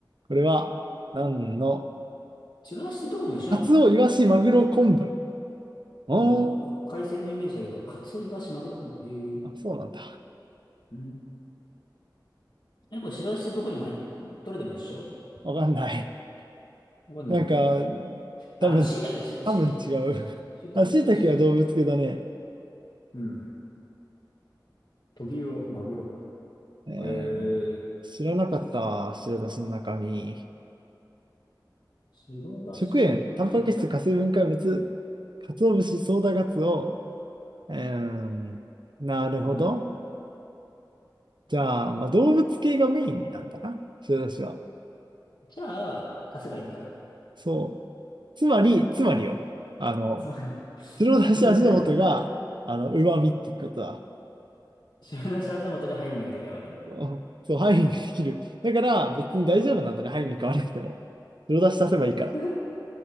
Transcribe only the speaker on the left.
白だしってどこも一緒やんかな。
あの、海鮮のイメージだけど、カツオ、イワシ、マグロ、昆布。へえ。
うん。え、これ白だしどこにも入っ、どれでも一緒
わかんないね。
あ、
あと椎茸だ、椎茸、
椎茸。あ、確かに。椎茸、
確かに。うん。トビウオ、マグロ。
えー、
白だし、
まあ、
確かに。
うん。
じゃあ、足せばいいんだな。
つまり、
結論出たな。
白だし味の素でハイミーが出来上がる。
<laughs>